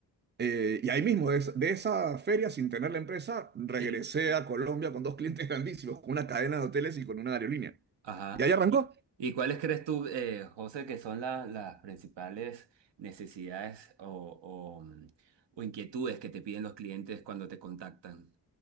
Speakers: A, on the right (about 25°); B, on the right (about 80°).
A: Eh, y ahí mismo, de, esa de esa feria, sin tener la empresa, regresé
B: Y,
A: a Colombia con dos clientes grandísimos, con una cadena de hoteles y con una aerolínea.
B: ajá.
A: Y ahí arrancó.
B: ¿Y, y cuáles crees tú, eh, José, que son la- las principales necesidades o, o, mm, o inquietudes que te piden los clientes cuando te contactan?